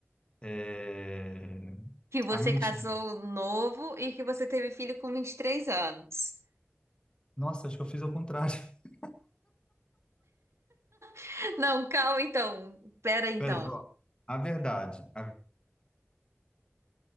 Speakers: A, on the left; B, on the right.
A: É,
B: Que você
A: A mentira.
B: casou novo e que você teve filho com 23 anos.
A: Nossa, acho que eu fiz ao contrário. <laughs>
B: <laughs> Não, calma então. Pera então.
A: Pera, ó, a verdade. A,